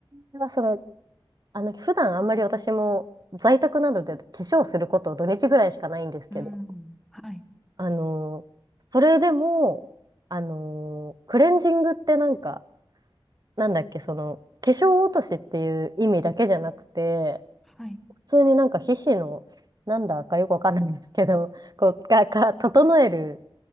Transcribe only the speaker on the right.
はその、あの、普段あんまり私も在宅などで化粧すること土日ぐらいしかないんですけど、
あの、それでも、あの、クレンジングってなんか、なんだっけ、その、化粧落としっていう意味だけじゃなくて、
普通になんか皮脂の、なんだかよくわかんないんですけど、<laughs> こう、が、が、整える